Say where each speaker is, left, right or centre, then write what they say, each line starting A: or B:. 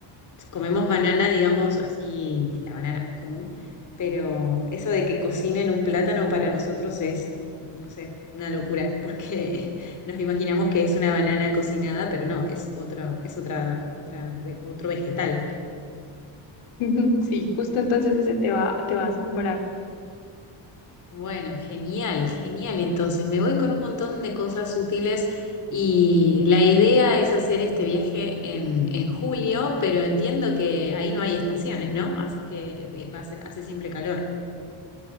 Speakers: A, on the left (about 40°); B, on the left (about 85°).
A: comemos banana, digamos así, la banana común, pero eso de que cocinen un plátano para nosotros es, no sé, una locura, porque <laughs> nos imaginamos que es una banana cocinada, pero no, es otra, es otra, otra, ve- otro vegetal.
B: <laughs> Sí, justo entonces ese te va, te va a asombrar.
A: Bueno, genial, genial. Entonces, me voy con un montón de cosas útiles y la idea es hacer este viaje en, en julio, pero entiendo que ahí no hay estaciones, ¿no? Así que eh, va a ser- hace siempre calor.